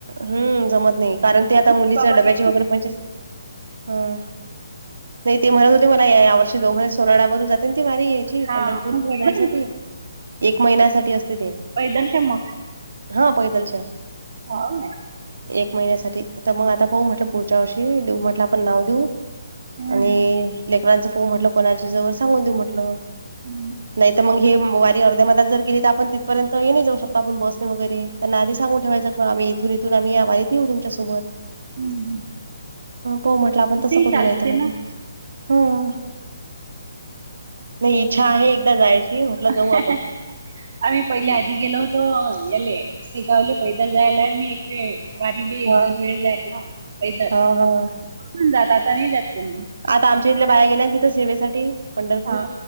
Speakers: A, on the right; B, on the right.
A: हम्म. जमत नाही. कारण ते आता
B: मुली
A: मुलीच
B: बाबा
A: डब्याची
B: गेले
A: वगैरे पण- हं. नाही ते म्हणत होते मला या वर्षी दोघ म्हणे. सोनळावरून जाते ना ती वारी? ती
B: हा
A: पंढरपूरला
B: मग पैदल
A: जायसाठी. एक महिन्यासाठी असते ती.
B: पैदल च्या म.
A: हां. पैदलच्या ए.
B: हो ना.
A: एक महिन्यासाठी. तर मग आता पाहू म्हटलं पुढच्या वर्षी. देऊ म्हटलं आपण नाव देऊ.
B: हा
A: आणि लेकरांचं पाहू म्हटलं कोणाच्या जवळ सांगून देऊ म्हटलं.
B: हम्म
A: नाही तर मग हे वारी अर्ध्या मधात जर- गेली तर आपण तिथपर्यंत यानी जाऊ शकतो आपण बसनी वगैरे. त्यांना आधी सांगून ठेवायच बुवा आम्ही इथून इथ - त आम्ही या वारीत येऊ तुमच्यासोबत.
B: हम्म. हम्म.
A: हो म्हटलं. आपण तसं
B: ते
A: करू
B: चालते
A: नाही त म्हटलं.
B: ना
A: हा. नाही इच्छा आहे एकदा जायची-
B: <inaudible> आम्ही
A: जाऊ आपण
B: पहिले आधी गेलो होतो याले, शे गावले पैदल जायेल ए मी एक वेळ. वारीले एक
A: हा
B: दोन वेळ जायेल पैदल.
A: हा हा
B: <unintelligible> आता नाही जात कोणी.
A: आता आमच्या इथल्या बाया गेल्या ना तिथं सेवेसाठी. पंढरपूर.
B: हा